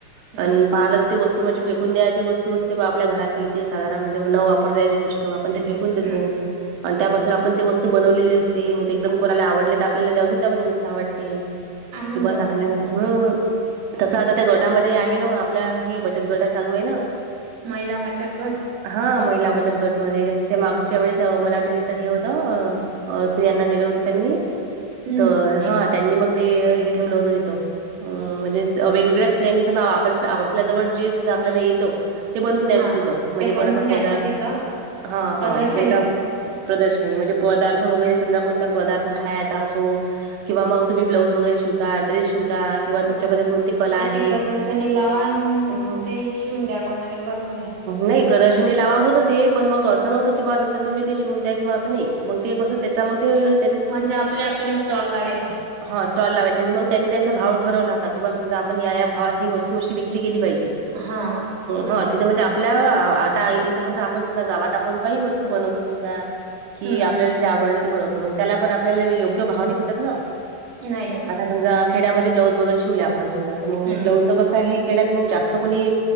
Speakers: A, on the right; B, on the right.
A: हम्म
B: पण पालक ते वस्तू म्हणजे फेकून द्यायची वस्तु असते आपल्या घरातली ते साधारण म्हणजे न वापर द्यायची गोष्ट आपण फे फेकून देतो
A: हम्म
B: आणि त्यापासून आपण ते वस्तू बनवलेली असते मग एकदम कोणाला आवडले तर आपल्याला तर अजून त्यामध्ये उत्साह वाटते
A: आनंद
B: किवा
A: होते
B: चांगलं
A: आपल्याला
B: हम्म. तसं आता त्या गटामध्ये आहे ना मला आपल्या हे बचत गटात चालू आहे ना
A: महिला बचत गट
B: हा महिला बचत गट मध्ये ते मागच्या वेळेस मला वाटतं तिथं हे होतं अ स्त्रियांना नेलं होतं त्यांनी
A: हम्म
B: तर हा त्यांनी मग ते हे ठेवलं होतं तिथं ह म्हणजे वेगवेगळ्या स्त्रियांनी सम आप आपपल्या जवळ जे समजा आपल्याला येतो ते बनवून न्यायच
A: हा
B: तिथं म्हणजे
A: ते बनवून
B: कोणाचा
A: न्यायचं
B: पदार्थ
A: तिथं
B: हा
A: प्रदर्शनी.
B: हा कोणता प्रदर्शनी म्हणजे पदार्थ वगैरे समजा कोणता पदार्थ खायचा असो किंवा मग तुम्ही् ब्लाऊज वगैरे शिवता ड्रेस शिवता किंवा
A: हम्
B: तुमच्यामध्ये
A: त्याची
B: कोणती कला आहे
A: प्रदर्शनी लावान
B: अ
A: मग ते शिवून द्या कोणाला करून द्या
B: नाही प्रदर्शनी लावा होतं ते पण मग असं नवतं किंवा समजा तुम्ही ते शिवून द्या किंवा असं नाही मग ते कसं त्याच्यामध्ये
A: म्हणजे आपले आपले स्टॉल लावायचे.
B: हा स्टॉल लावायचे आणि मग त्यांनी त्यांचा भाव ठरवला हो की बा समजा आपण या भावात ही वस्तू अशी विकली गेली पाहिजे.
A: हा हम्म
B: हा तिथं म्हणजे आपल आपल्या आता इथं कसं आपण समजा गावात आपण काही वस्तू बनवतो समजा कि
A: हम्म
B: आपल्याला जे आवडलं ते बनवतो मग त्याला पण आपल्याला योग्य भाव नाही भेटत ना
A: नाही
B: समजा खेड्यामध्ये् ब्लाउज वगैर शीवले आपण समजा तर मग
A: हम्म
B: ब्लाऊज कस आहे खेड्यात मग जास्त कोणी